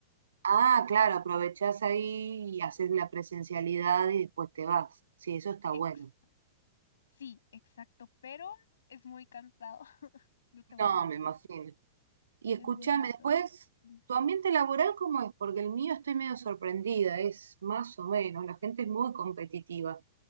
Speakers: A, on the right; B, on the left.
A: ah, claro, aprovechás ahí y haces la presencialidad y después te vas. Sí, eso está
B: Ex-
A: bueno.
B: sí, exacto, pero es muy cansado. <laughs> No te voy
A: No,
B: a mentir,
A: me imagino. Y escúchame,
B: es muy cansado.
A: después,
B: Dime.
A: ¿tu ambiente laboral cómo es? Porque el mío estoy medio sorprendida, es más o menos, la gente es muy competitiva,